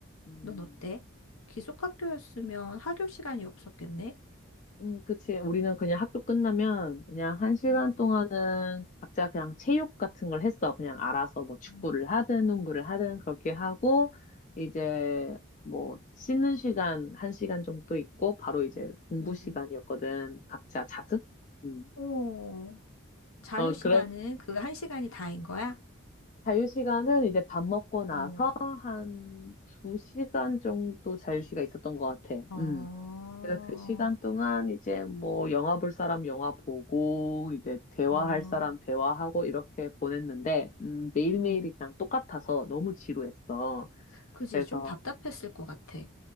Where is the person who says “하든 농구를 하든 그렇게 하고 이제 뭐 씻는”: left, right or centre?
Left